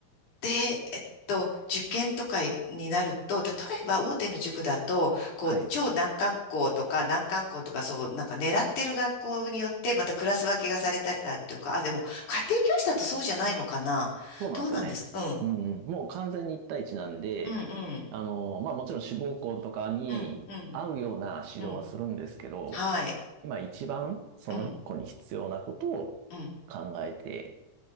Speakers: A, on the left; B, on the right.
A: で、えっと、受験とかになると、例えば大手の塾だと、こう、
B: はい。
A: 超難関校とか難関校とか、そう、なんか狙ってる学校によって、またクラス分けがされたりだとか、あ、でも、家庭教師だとそうじゃないのかな。
B: そうなんですよね。
A: どうなんですうん、
B: うんうん。もう完全に一対一なんで、
A: うん、うん、
B: あの、まあもちろん志望校とかに合うような指導はするんですけど、
A: うん、うん、うん、はい、
B: 今一番その子に必要なことを考えて
A: うん、うん。